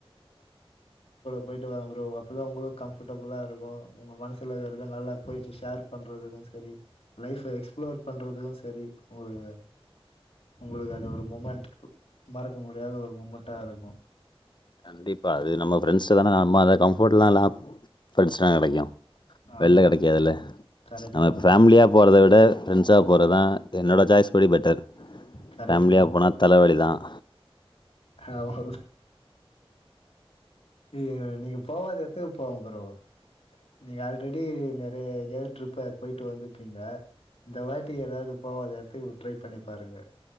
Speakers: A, on the left (about 75°); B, on the left (about 50°).
A: போய்ட்டு வா ப்ரோ அப்போ தா உங்களுக்கு கம்ஃபர்டபுளா இருக்கு உங்க மனசில வேறத நல்லா போயிச்சு ஷேர் பண்ணுறதுக்கு சரி லைஃப எக்ஸ்ப்ளோர் பண்ணுறதுக்கு சரி உங்களு உங்களுக்கு அது ஒரு மூமெண்ட் மறக்க முடியாத ஒரு மூமெண்ட்டா இருக்கு
B: கண்டிப்பா அது நம்ம ஃப்ரெண்ட்ஸ்ல தானே நம்ம அத கம்ஃபர்ட்லல்லா ஃப்ரெண்ட்ஸ் தா கெடைக்கு
A: ஆமா
B: வெளில கெடைக்காதுல்ல
A: ப்ரோ கரெக்ட்
B: நம்ம
A: தா
B: இப்ப ஃபேமிலியா
A: ப்ரோ
B: போறத விட ஃப்ரெண்ட்ஸா போறதா என்னோட சாய்ஸ் படி பெட்டர்
A: கரெட்டு
B: ஃபேமிலியாக
A: தா ப்ரோ
B: போனால் தலைவலி தான்
A: ஆமா நீ நீங்க போவாத எத்துக்கு போங் ப்ரோ நீங்க ஆல்ரெடி நெறய கேர்ள் ட்ரிப்ப போய்ட்டு வந்துப்பீங்க இந்த வாட்டி ஏதாது போவாத எத்துக்கு ட்ரை பண்ணி பாருங்க